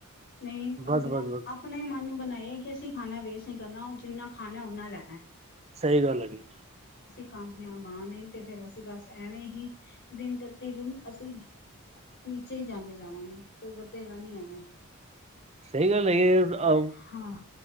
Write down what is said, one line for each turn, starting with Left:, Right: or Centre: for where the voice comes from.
Left: ਨਹੀਂ
Right: ਬਸ
Left: ਆਪਣਾ
Right: ਬਸ ਬਸ
Left: -ਆਪਣੇਹੀ ਮਨ ਨੂੰ ਬਣਾਏ ਇਹ ਕਿ ਅਸੀਂ ਖਾਣਾ ਵੇਸਟ ਨਹੀਂ ਕਰਨਾ, ਉਹ ਜਿੰਨਾ ਖਾਣਾ ਉਹਨਾ ਲੈ ਲੇ ਅਹੰ
Right: ਸਹੀ ਗੱਲ ਹੈਗੀ।
Left: ਕਾਮਯਾਬ ਆ ਨਹੀਂ ਤੇ ਫੇਰ ਅਸੀਂ ਬਸ ਐਵੇਂ ਹੀ ਦਿਨ ਪ੍ਰਤੀ ਦਿਨ ਅਸੀਂ ਨੀਚੇ ਹੀ ਜਾਂਦੇ ਜਾਵਾਂਗੇ, ਕੋਈ ਵਧੇਗਾ ਨਹੀ ਐਵੇਂ।
Right: ਸਹੀ ਗੱਲ ਹੈ
Left: ਹਾਂ